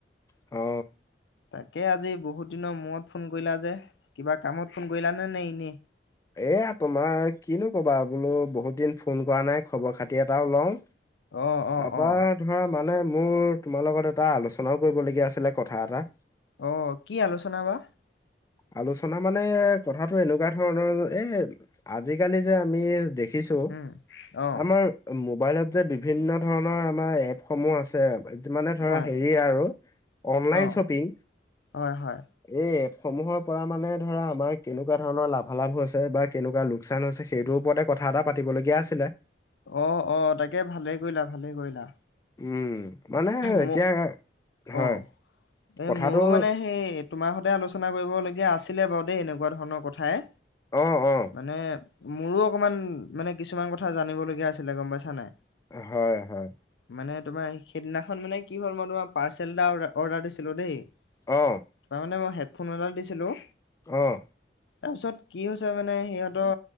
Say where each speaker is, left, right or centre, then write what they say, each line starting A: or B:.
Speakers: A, on the left; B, on the left.
A: অ।
B: তাকে আজি বহুত দিনৰ মূৰত ফোন কৰিলা যে কিবা কামত ফোন কৰিলানে নে এনেই।
A: এয়া তোমাৰ কিনো কবা বোলো বহুত দিন ফোন কৰা নাই খবৰ খাতি এটাও লওঁ। তাৰাপা
B: অ অ অ
A: ধৰা মান মানে মোৰ তোমাৰ লগত এটা আলোচনাও কৰিবলগীয়া আছিলে কথা এটা।
B: অ কি আলোচনা বা?
A: আলোচনা মানে কথাটো এনেকুৱা ধৰণৰ এ আজিকালি যে আমি দে দেখিছো
B: উম অ
A: আমাৰ মোবাইলত যে বিভিন্ন ধৰণৰ আমাৰ এপ সমূহ আছে। মানে ধৰা
B: হয়
A: হেৰি আৰু অনলাইন
B: অ
A: শ্বপিং
B: হয় হয়
A: এই সমূহৰ পৰা মানে ধৰা আমাৰ কেনেকুৱা ধৰণৰ লাভালাভ হৈছে বা কেনেকুৱা লোকচান হৈছে সেইটোৰ ওপৰতে কথা। কথা এটা পাতিবলগীয়া আছিলে।
B: অ অ তাকে ভালে কৰিলা ভালে কৰিলা।
A: উম মানে এতিয়া
B: ম
A: হয়
B: অ'। এই
A: কথাটো।
B: মোৰো মানে সেই তোমাৰ সতে আলোচনা কৰিবলগীয়া আছিলে বাৰু দেই এনেকুৱা ধৰণৰ কথাই।
A: আহ অ।
B: মানে মোৰো অকমান মানে কিছুমান কথা জানিব লগগীয়া আছিলে গম পাইছা নাই।
A: হয় হয়।
B: মানে তোমাৰ সেইদিনাখন মানে কি হ'ল মই তোমাৰ পাৰ্চেল এটা অৰ্ডাৰ দিছিলো দেই। তোমাৰ
A: অ
B: মানে মই হেডফোন এডাল দিছিলো।
A: আহ।
B: তাৰপিছত কি হৈছে মানে সিহঁতৰ